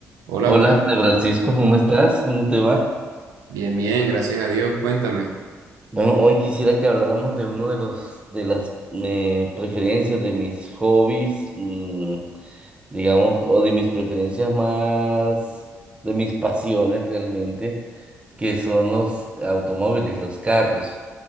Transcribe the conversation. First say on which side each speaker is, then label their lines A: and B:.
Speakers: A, on the right; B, on the right.
A: Hola,
B: Hola,
A: Gustavo.
B: André Francisco, ¿cómo estás? ¿Cómo te va?
A: Bien, bien, gracias a Dios. Cuéntame.
B: Bueno, hoy quisiera que habláramos de uno de los de las eh, preferencias de mis hobbies, mm, digamos, o de mis preferencias más, de mis pasiones realmente, que son los automóviles, los carros.